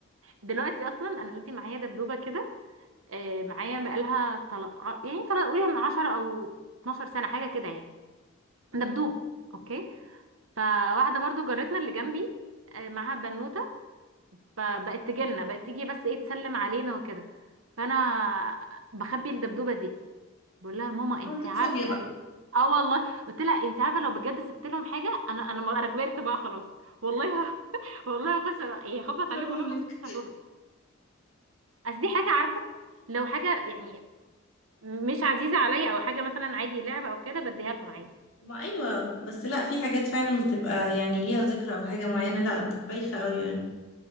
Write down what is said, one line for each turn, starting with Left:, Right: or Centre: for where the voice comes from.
Right: دلوقتي اصلا انا دلوقتي معايا دبدوبه كده آه، معايا بقالها طلع يعني طلع قولي من 10 او 12 سنه حاجه كده يعني
Left: مم.
Right: دبدوب اوكي فواحده برضو جارتنا اللي جنبي آه، معاها بنوته فبقت تجيلنا بقت تيجي بس ايه تسلم علينا وكده فانا بخبي الدبدوبه دي بقول لها ماما
Left: يبقى
Right: انت
Left: عندك
Right: عارفه
Left: فوبيا بقى
Right: إن- اه والله قلت لها انت عارفه لو بجد سبت لهم حاجه انا انا انا كبرت بقى خلاص والله ه- <laughs> والله هخش يخبط
Left: اضربهم
Right: عليهم اقول لهم
Left: لك
Right: أصل أنتوا هاتوها اصل دي حاجه عارفه لو حاجه يعني مش عزيزه عليا او حاجه مثلا عادي لعبه او كده بديها لهم عادي
Left: ما ايوه بس لا في حاجات فعلا بتبقى يعني ليها ذكرى او حاجه معينه لا بتبقى بايخه قوي يعني